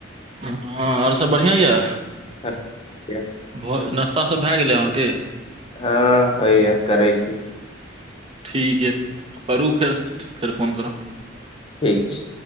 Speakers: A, on the right (about 30°); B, on the left (about 30°).
A: हँ आओर सब बढ़िआँ य
B: हँ <unintelligible>
A: भ नाश्ता सब भए गेलै अहाँके
B: हँ होइयए करै छी
A: ठीक य करू फेर फेर फोन करब
B: ठीक छै